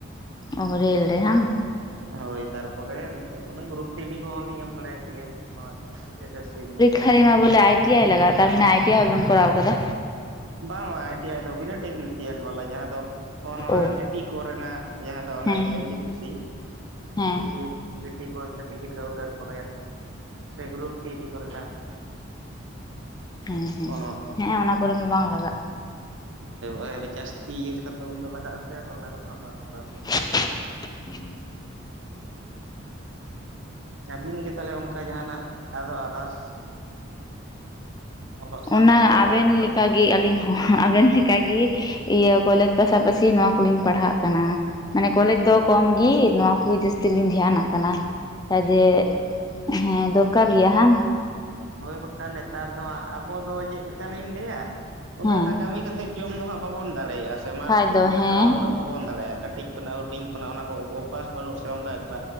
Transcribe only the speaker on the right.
ᱛᱟᱨ
ᱦᱳᱭ ᱛᱟᱨᱯᱚᱨᱮ ᱱᱤᱛᱳᱜ ᱚᱱᱮ ᱜᱨᱩᱯ ᱥᱤᱰᱤ ᱠᱚ ᱢᱟ ᱞᱤᱧ ᱮᱢ ᱵᱟᱲᱟᱭᱮᱫ ᱜᱮᱭᱟ ᱱᱚᱣᱟ ᱮᱥ ᱮᱥ ᱥᱤ ᱨᱮᱱᱟᱜ
ᱵᱟ ᱵᱟ ᱟᱭ. ᱴᱤ. ᱟᱭ. ᱫᱚ ᱵᱤᱱᱟᱹ ᱴᱮᱠᱱᱤᱥᱤᱭᱟᱱ ᱵᱟᱞᱟ ᱡᱟᱦᱟᱸ ᱫᱚ ᱦᱚᱸᱜᱼ ᱱᱚᱣᱟ
ᱴᱤ. ᱴᱤ. ᱠᱚᱨᱮᱱᱟᱜ ᱡᱟᱦᱟᱸ ᱫᱚ ᱚᱱᱟ
ᱮᱱ. ᱴᱤ. ᱯᱤ. ᱥᱤ.
ᱴᱤᱠᱤᱴ ᱴᱤ. ᱴᱤ ᱠᱳᱞ ᱴᱤᱠᱤᱴ ᱠᱟᱣᱩᱱᱴᱟᱨ ᱠᱚᱨᱮ ᱥᱤ ᱜᱨᱩᱯ ᱥᱤ ᱰᱤ. ᱠᱚᱨᱮ ᱡᱟᱦᱟ
ᱱᱚᱜᱼᱚ ᱱᱚᱣᱟ ᱠᱚ
ᱦᱳᱭ ᱡᱟᱹᱥᱛᱤ ᱤᱭᱟᱹ ᱠᱷᱟᱱ ᱫᱚ ᱩᱱᱫᱚ ᱞᱟᱜᱟᱜ ᱟᱥᱮ ᱟᱫᱚ ᱚᱱᱟ ᱠᱚ ᱫᱚ ᱦᱟᱸᱜ ᱵᱟᱝ ᱠᱚᱨᱟᱣ ᱦᱩᱭ ᱠᱟᱱᱟ
ᱟᱹᱵᱤᱱ ᱜᱮ ᱛᱟᱦᱚᱞᱮ ᱚᱱᱠᱟ ᱡᱟᱦᱟᱱᱟᱜ ᱟᱨᱦᱚ ᱟᱫᱟᱨᱥ ᱚᱞᱚᱜ ᱥᱟᱶ
ᱥᱟᱶᱛᱮ ᱮᱴᱟᱜ
ᱠᱚᱨᱮᱱᱟᱜ
ᱦᱳᱭ ᱵᱟᱠᱷᱟᱱ ᱱᱮᱛᱟᱨ ᱫᱚ ᱦᱟᱸᱜ ᱟᱵᱚ ᱫᱚ ᱪᱮᱫᱞᱮᱠᱟᱞᱤᱧ ᱞᱟᱹᱭᱟ ᱩᱱᱟ.
ᱜᱴᱟ ᱠᱟᱹᱢᱤ ᱠᱟᱛ ᱡᱚᱢ ᱫᱚ ᱦᱟᱸᱜ ᱵᱟᱵᱚᱱ ᱫᱟᱲᱮᱭᱟᱜᱼᱟ ᱥᱮ ᱢᱟᱴᱷ
ᱠᱚᱨᱮ
ᱠᱷᱟᱴᱟᱜ
ᱦᱚᱸ ᱩᱱᱟᱹᱜ ᱵᱟᱵᱚᱱ ᱫᱟᱲᱮᱭᱟᱜᱼᱟ ᱠᱟᱹᱴᱤᱡ ᱠᱷᱚᱱᱟᱜ ᱦᱩᱰᱤᱧ ᱠᱷᱚᱱᱟᱜ ᱚᱱᱟ ᱠᱚ ᱚᱵᱵᱷᱟᱥ ᱵᱟᱹᱱᱩᱜ ᱥᱮ ᱚᱱᱠᱟ ᱮᱠᱴᱟ᱾